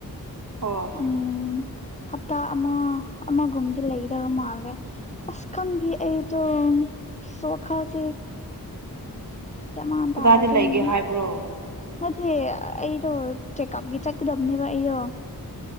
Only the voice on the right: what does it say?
ꯑꯣ
ꯀꯗꯥꯏꯗ
ꯂꯩꯒꯦ ꯍꯥꯏꯕ꯭ꯔꯣ